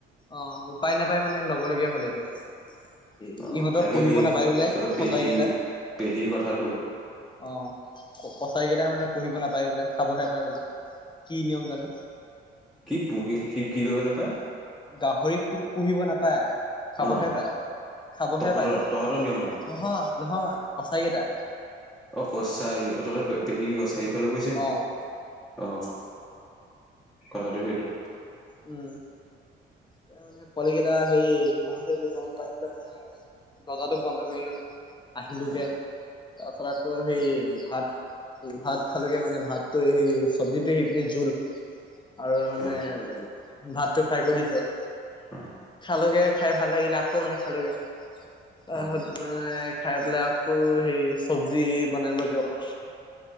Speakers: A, on the left (about 25°); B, in the centre.
A: অ উপায় নাপায় মানে ল'বলগীয়া হ'ল এইটোত। এ
B: অ
A: ইহঁতৰ
B: তাকে
A: পুহিব
B: সেই
A: নাপায় বোলে
B: তহঁতৰ
A: কছাৰী
B: পেহী
A: কেইটা
B: পেহী কথাটো
A: অ কছাৰী কেইটাই মানে পু়হিব নাপায় বোলে খাবহে পায় বোলে কি নিয়ম জানো
B: কি পুহি কি কি কৰিব নাপায়
A: গাহৰিক পুহিব নাপায় খাবহে
B: অ
A: পাই খাবহে
B: তহঁতৰ
A: পায়
B: তহঁতৰ নিয়ম মানে
A: নহয় নহয় কছাৰী কেইটা
B: অ কছাৰী অ তহঁতৰ পেহী কছাৰী ঘৰলে পৰিছে নেকি
A: অ
B: অ কথাটো সেইটো
A: উম এতিয়া মানে পোৱালী কেইটা হেই <unintelligible> বুলি গম পাই মানে দৰ্জাটো বন্ধ কৰিলো আহিলোগে
B: অ
A: তাৰপাছত আকৌ সেই ভাত ভাত খালোগে মানে ভাতো সেই চব্জিটো সেইখিনি জোল আৰু মানে
B: অ
A: ভাতটো ফ্ৰাই কৰি দিছে।
B: আহ।
A: লোগে খাই ভাল লাগিলে আকৌ মানে খালোগে, <unintelligible>
B: অ
A: খাই পেলাই আকৌ হে চব্জি বনালোগে অকণ।